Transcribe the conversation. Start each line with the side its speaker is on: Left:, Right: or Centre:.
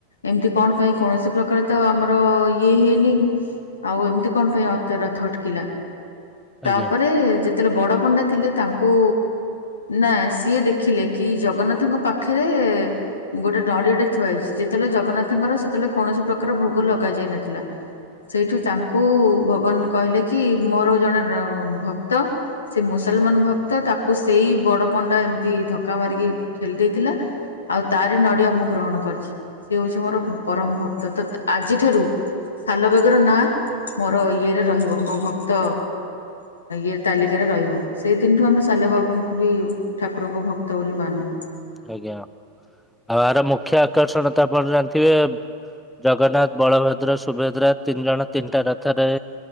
Left: ଏମତି କଣ ପାଇଁ କୌଣସି ପ୍ରକାର ତ ଆମର ଇଏ ହେଇନି ଆଉ ଏମିତି କଣ ପାଇଁ ଅତ ରେ ରଥ ଅଟକିଲା। ତାପରେ
Centre: ଆଜ୍ଞା
Left: ଯେତେବେଳେ ବଡ ପଣ୍ଡା ଥିଲେ ତାଙ୍କୁ ନା ସିଏ ଦେଖିଲେ କି ଜଗନ୍ନାଥଙ୍କ ପାଖରେ ପାଖରେ ଗୋଟେ ଡଡିଟେ ଥୁଆ ହେଇଛି ଯେତେବେଳେ ଜଗନ୍ନାଥଙ୍କର ସେତେବେଳେ କୌଣସି ପ୍ରକାର ଭୋଗ ଲଗ ଯାଇନଥିଲା ସେଇଠୁ ତାଙ୍କୁ ଭଗବାନ କହିଲେ କି ମୋର ଜଣେ ଭକ୍ତ ସେ ମୁସଲମାନ ଭକ୍ତ ତାକୁ ସେଇ ବଡ଼ ପଣ୍ଡା ଏମିତି ଧକ୍କା ମାରିକି ଠେଲି ଦେଇଥିଲା। ଆଉ ତାର ନଡିଆ ମୁଁ ଗ୍ରହଣ କରିଛି, ସେଏ ହଉଛି ମୋର ପରମ ଭକ୍ତ ତ ଆଜିଠାରୁ ସାଲବେଗର ନାଁ ମୋର ଇଏରେ ରହିବ ମୋ ଭକ୍ତ ଇ ତାଲିକାରେ ରହିବ ସେଇ ଦିନଠୁ ଆମେ ସାଲବେଗଙ୍କୁ ବି ଠାକୁରଙ୍କ ଭକ୍ତ ବୋଲି ମାନୁ।
Centre: ଆଜ୍ଞା ଆଉ ଏହାର ମୁଖ୍ୟ ଆକର୍ଷଣ ତ ଆପଣ ଜାଣିଥିବେ ଜଗନ୍ନାଥ ବଳଭଦ୍ର ସୁ ସୁଭଦ୍ରା ତିନି ଜଣ ତିନଟା ରଥ। ରଥରେ